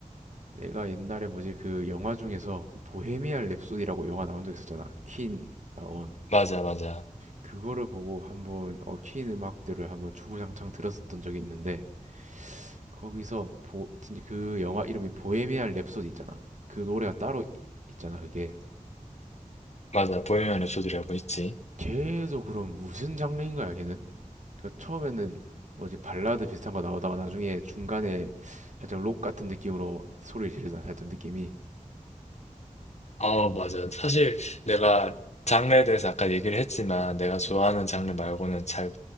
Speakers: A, on the right (about 60°); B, on the left (about 55°).
A: 내가 옛날에 뭐지, 그 영화 중에서 보헤미안 랩소디라고 영화 나온 적 있었잖아. 퀸 나온.
B: 맞아, 맞아.
A: 그거를 보고 한번 얽힌 음악들을 한번 주구장창 들었었던 적이 있는데 거기서 보, 진짜 그 영화 이름이 보헤미안 랩소디 있잖아. 그 노래가 따로 이- 있잖아. 그게
B: 맞아. 보헤미안 랩소디라고 있지.
A: 계속 그럼 무슨 장르인 거야 걔는? 그러니까 처음에는 뭐지 발라드 비슷한 거 나오다가 나중에 중간에 살짝 록 같은 느낌으로 소리를 지르잖아. 살짝 느낌이.
B: 아, 맞아요. 사실 내가 장르에 대해서 아까 얘기를 했지만 내가 좋아하는
A: 음.
B: 장르 말고는 잘